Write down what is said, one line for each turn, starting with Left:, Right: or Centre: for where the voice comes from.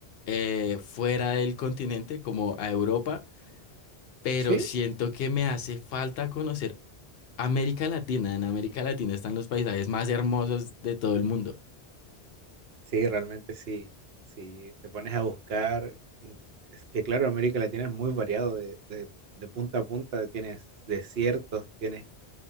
Left: eh, fuera del continente, como a Europa, pero
Right: sí,
Left: siento que me hace falta conocer América Latina. En América Latina están los paisajes más hermosos de todo el mundo.
Right: sí, realmente sí. Si te pones a buscar, en- es que claro, América Latina es muy variado de, de- de punta a punta. Tienes desiertos, tienes,